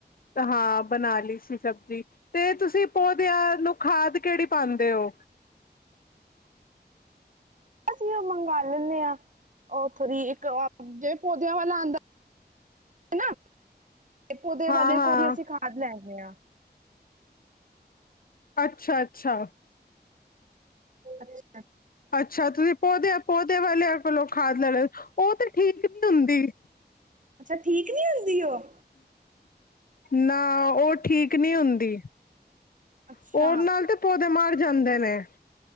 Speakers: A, on the left; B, on the right.
A: ਤਾਂ ਹਾਂ ਬਣਾ ਲਈ ਸੀ ਸਬਜ਼ੀ ਤੇ ਤੁਸੀਂ ਪੌਦਿਆਂ ਨੂੰ ਖਾਦ ਕਿਹੜੀ ਪਾਉਂਦੇ ਹੋ?
B: ਅਸੀਂ ਉਹ ਮੰਗ ਲੈਂਦੇ ਹਾਂ ਉਹਥੋਂ ਦੀ ਇੱਕ ਜ ਪੌਦਿਆਂ ਵ ਆਉਂਦਾ ਤੇ ਪੌਦੇ
A: ਹਾਂ
B: ਵਾਲੇ
A: ਹਾਂ
B: ਕੋਲ ਹੀ ਅਸੀਂ ਖਾਦ ਲੈਦੇ ਹਾਂ।
A: ਅੱਛਾ ਅੱਛਾ।
B: ਅੱਛਾ।
A: ਅੱਛਾ ਤੁਸੀਂ ਪੌਦੇ ਪੌਦੇ ਵਾਲਿਆਂ ਕੋਲ ਖਾਦ ਲੈ ਲ ਉਹ ਤੇ ਠੀਕ ਨੀ ਹੁੰਦੀ।
B: ਅੱਛਾ ਠੀਕ ਨਹੀਂ ਹੁੰਦੀ ਉਹ?
A: ਨਾ ਉਹ ਠੀਕ ਨ ਹੁੰਦੀ।
B: ਅੱਛਾ
A: ਉਹ ਨਾਲ ਤੇ ਪੌਦੇ ਮਾਰ ਜਾਂਦੇ ਨੇ